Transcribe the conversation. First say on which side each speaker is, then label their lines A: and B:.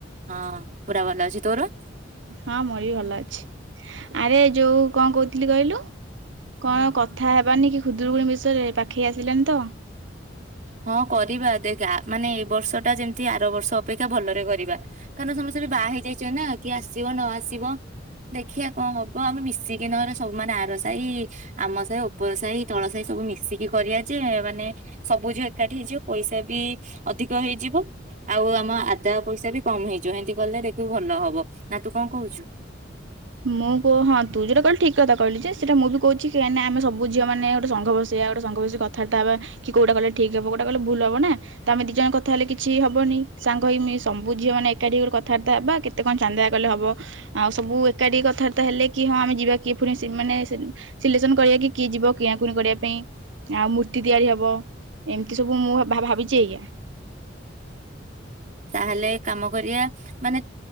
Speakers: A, on the right; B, on the right.
A: ହଁ ପୁରା ଭଲ ଅଛି ତୋର?
B: ହଁ ମୋର ବି ଭଲ ଅଛି ଆରେ
A: ହୁଁ
B: ଯୋଉଁ କଣ କହୁ <unintelligible> କଣ
A: ହୁଁ।
B: କଥା ହେବାନି କି? ଖୁଦୁରୁକୁଣି ବିଷୟରେ ପାଖେଇ ଆସିଲାନି ତ।
A: ହଁ କରିବା ଦେଖ ଆ ମାନେ ଏଇ ବର୍ଷ ଟା ଯେମତି ଆର ବର୍ଷ ଅପେକ୍ଷା ଭଲରେ କରିବା। କାରଣ ସମସ୍ତେ ବାହା ହେଇଯାଇଛନ୍ତି ନାଁ କିଏ ଆସିବ ନ ଆସିବ? ଦେଖିଆ କଣ ହୋଉଚି ତ ଆମେ ମିଶିକି ନହେନେ ସବୁମାନେ ଆର ସାଇ ଆମ ସାଇ ଓପର ସାଇ ତଳ ସାଇ ସବୁ ମିଶିକି କରିବା ଯେ ମାନେ ସବୁ ଝିଅ ଏକାଠି ହେଇଯିବ ପଇସା ବି ଅଧିକ ହେଇଯିବ। ଆଉ ଆମ ଆଦା ପଇସା ବି କମ ହେଇଯିବ ହେନ୍ତି କଲେ ଦେଖିବୁ ଭଲ ହବ ନା ତୁ କଣ କହୁଚୁ?
B: ମୁଁ କହ ହଁ ତୁ ଯୋଉଟା କହିଲୁ ଠିକ କଥା କହିଲୁ ଯେ ସେଟା ମୁଁ ବି କହୁଛି କାଇଁ ନା ଆମ ସବୁ ଝିଅ ମାନ ଗୋଟେ ସଂଘ ବସେଇଆ। ଗୋଟେ ସଂଘ ବସେଇି କଥାବାର୍ତ୍ତା ହେବା କି କୋଉଟା କଲେ ଠିକ ହବ କୋଉଟା କଲେ ଭୁଲ୍ ହବ। ନା ତ ଆମେ ଦି ଜଣ କଥା ହେଲେ କିଛି ହବନି ସାଙ୍ଗ ହେଇି ସବୁ ଝିଅ ମାନେ ଏକାଠି ଗୋଟେ କଥାବାର୍ତ୍ତା ହେବା କେତ କଣ ଚାନ୍ଦା କଲେ ହବ ଆଉ ସବୁ ଏକାଠି କଥାବାର୍ତ୍ତା ହେଲେ କି ହଁ ଆମେ ଯିବା କିଏ ପୁଣି ମାନେ କି ମାନେ ସିଲେକ୍ସନ କରିବା କି କିଏ ଯିବ କିଣାକଣି କରିବା ପାଇଁ ଆଉ ମୂର୍ତ୍ତି ତିଆରି ହବ। ଏମିତି ସବୁ ମୁଁ ଭା-ଭାବିଛି ଏଇୟା।
A: ତାହେଲେ କାମ କରିବା ମାନେ